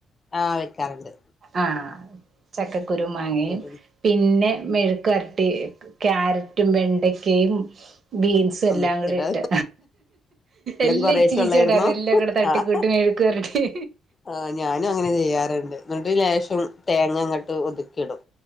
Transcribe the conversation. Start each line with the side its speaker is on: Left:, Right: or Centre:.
Left: ആഹ് വെക്കാറുണ്ട്
Right: ആ, ചക്കക്കുരും, മാങ്ങയും,
Left: ഒരു
Right: പിന്നെ മെഴുക്ക് വരട്ടി ക്യാരറ്റും വെണ്ടക്കയും ബീൻസ് എല്ലാം
Left: മിക്സഡ്
Right: കൂടി ഇട്ട് എല്ലാം
Left: കൊറേശെ
Right: ഇച്ചിരി
Left: ഉള്ളായിരുന്നോ
Right: ച്ചണ്ടായിരുന്ന എല്ലാം കൂടെ തട്ടിക്കൂട്ടി
Left: ആഹ്
Right: മെഴുക്ക് വരട്ടി
Left: ആഹ് ഞാനും അങ്ങനെ ചെയ്യാറുണ്ട് എന്നിട്ട് ലേശം തേങ്ങ അങ്ങട്ട് ഒതുക്കി ഇടും